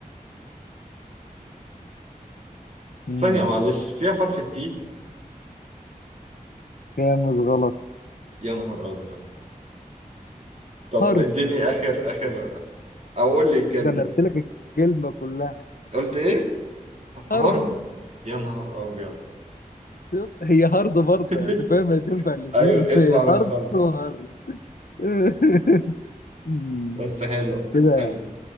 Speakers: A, on the left; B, on the right.
A: مم.
B: ثانية معلش فيها حرف التي
A: خامس غلط
B: يا نهار أبيض طب
A: هارد
B: اديني آخر آخر أو قول لي كلمة
A: ده أنا قلت لك الكلمة كلها
B: قلت إيه؟
A: هارد
B: هارد يا نهار أبيض
A: شفت هي هارد برضه
B: <laughs>
A: يعني فاهم هي تنفع الاثنين
B: أيوه اسم
A: <laughs> هي
B: على
A: هارد
B: مسمى
A: وهارد <laughs> مم.
B: بس حلو
A: كده
B: حلو